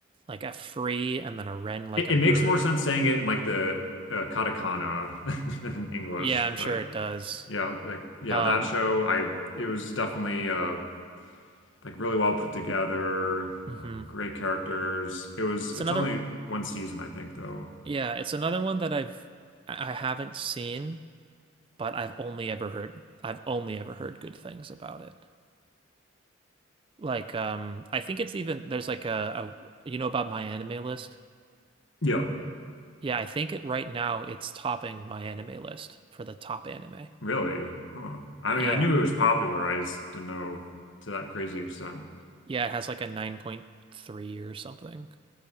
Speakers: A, on the right; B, on the left.
A: like a free and then a wren, like
B: It,
A: a
B: it
A: bird.
B: makes more sense saying it in like the uh, katakana <laughs> than in English,
A: Yeah, I'm
B: but
A: sure it does.
B: yeah, like yeah,
A: Um,
B: that show I it was definitely uh, like really well put together,
A: hmm
B: uh, great characters. It was
A: It's
B: it's
A: another
B: only one season I think though.
A: yeah, it's another one that I've I I haven't seen, but I've only ever heard I've only ever heard good things about it. Like, um, I think it's even there's like a, a you know about my anime list?
B: Yeah,
A: Yeah, I think it right now it's topping my anime list for the top anime.
B: Really? Huh. I
A: Yeah.
B: mean, I knew it was popular. I just didn't know to that crazy extent.
A: Yeah, it has like a 9.3 or something